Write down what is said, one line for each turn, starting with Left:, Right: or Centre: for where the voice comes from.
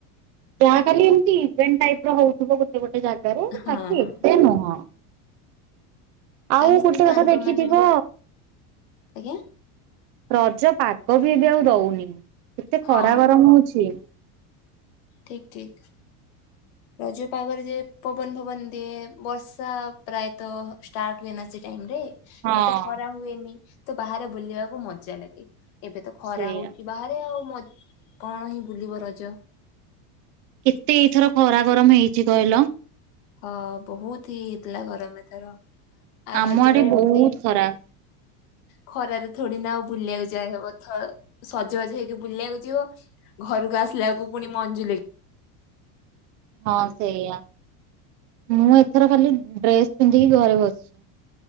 Right: ଯାହା ଖାଲି ଏମିତି ଇଭେଣ୍ଟ ଟାଇପର ହଉଥିବ ଗୋ ଟେ ଗୋଟେ ଜାଗାରେ
Left: ହଁ
Right: ବାକି ଏତେ ନୁହଁ। ଆଉ
Left: ଆମେ ସେମିତି
Right: ଗୋଟେ କଥା
Left: ସାଙ୍ଗମାନେ
Right: ଦେଖିଥିବ
Left: ଆଜ୍ଞା
Right: ରଜ ପାଗବି ଏବେ ଆଉ ଦଉନି, କେତେ ଖରା
Left: ହଁ
Right: ଗରମ ହଉଛି।
Left: ଠିକ୍ ଠିକ୍। ରଜ ପାଗରେ ଯେ ପବନ ଫବନ ଦିଏ ବର୍ଷା ପ୍ରାୟତଃ ଷ୍ଟାର୍ଟ ହୁଏ ନା ସେ ଟାଇମରେ।
Right: ହଁ।
Left: ଏତେ ଖରା ହୁଏନି ତ ବାହାରେ ବୁଲିବାକୁ ମଜା ଲାଗେ, ଏବେ ତ ଖରା
Right: ସେଇଆ
Left: ହଉଚି। ବାହାରେ ଆଉ ମଜ୍ କଣ ହିଁ ବୁଲିବ ରଜ?
Right: କେତେ ଏଇଥର ଖରା ଗରମ ହେଇଛି କହିଲ?
Left: ଅ ବହୁତ ହି ହେଇଥିଲା ଗରମ ଏଥର। ଆଉ
Right: ଆମ
Left: ରଜରେ
Right: ଆଡେ ବହୁତ
Left: ଏମିତି
Right: ଖରା।
Left: ଖରାରେ ଥୋଡ଼ିନା ଆଉ ବୁଲିବାକୁ ଯାଏହବ ଥ ସଜ ବାଜ ହେଇକି ବୁଲିବାକୁ ଯିବ, ଘରକୁ ଆସିଲାକୁ ପୁଣି ମନ୍ ଜୁଲେଇ।
Right: ହଁ ସେଇଆ, ମୁଁ ଏଥର ଖାଲି ଡ୍ରେସ୍ ପିନ୍ଧିକି ଘରେ ବସିଛି।